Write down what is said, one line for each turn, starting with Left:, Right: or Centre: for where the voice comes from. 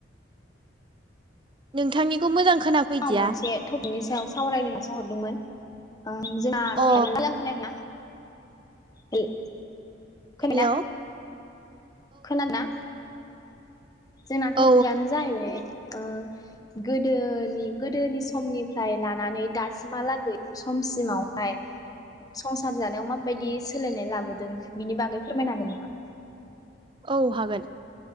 Right: नोंथांनिखौ मोजां खोनाफैदिया
Left: औ मोनसे थप बिनि सायाव सावरायनो नासो हरदोंमोन। ओं जोंहा थपिकयानो
Right: अ
Left: मोजां खोनायाखैना? हेल' खोनाना
Right: हेलौ
Left: खोनादों ना? जोंना टपिकआनो
Right: औ
Left: जाहैबाय ओ गोदोनि गोदोनि समनिफ्राय लानानै दासिमहालागै समसिमावहाय संसार जानायाव माबायदि सोलायनाय लाबोदों। बिनि बागै फोरमायनो हागोन नामा?
Right: औ हागोन।